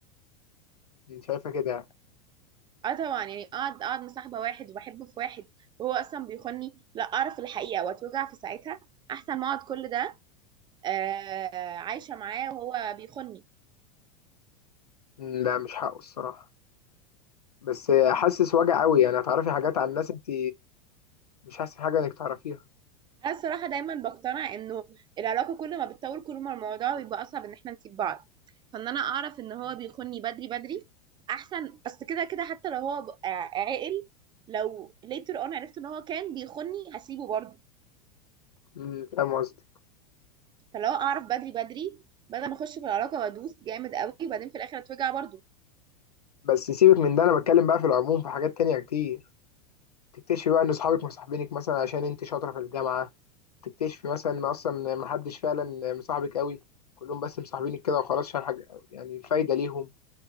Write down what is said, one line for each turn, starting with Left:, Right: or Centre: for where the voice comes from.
Left: انت شايفة كده
Right: اه طبعا يعني اقعد اقعد مصاحبه واحد وبحبه في واحد وهو اصلا بيخوني لا اعرف الحقيقه واتوجع في ساعتها احسن ما اقعد كل ده آه عايشه معاه وهو بيخوني
Left: م، لا مش حقه الصراحة بس حاسس وجع قوي يعني هتعرفي حاجات عن ناس انت مش حاسس حاجة انك تعرفيها
Right: انا الصراحه دايما بقتنع انه العلاقه كل ما بتطول كل ما الموضوع بيبقى اصعب ان احنا نسيب بعض فان انا اعرف ان هو بيخوني بدري بدري احسن اصل كده كده حتى لو هو ب- آه، عاقل لو later on عرفت ان هو كان بيخوني هسيبه برضه
Left: امم فاهم قصدي
Right: فلو اعرف بدري بدري بدل ما اخش في العلاقه وادوس جامد قوي وبعدين في الاخر اتوجع برضه
Left: بس سيبك من ده انا بتكلم بقى في العموم في حاجات تانية كتير تكتشفي بقى ان صحابك مصاحبينك مثلا عشان انت شاطرة في الجامعة تكتشفي مثلا ان اصلا محدش فعلا مصاحبك قوي كلهم بس مصاحبينك كده وخلاص عشان حاجة يعني الفايدة ليهم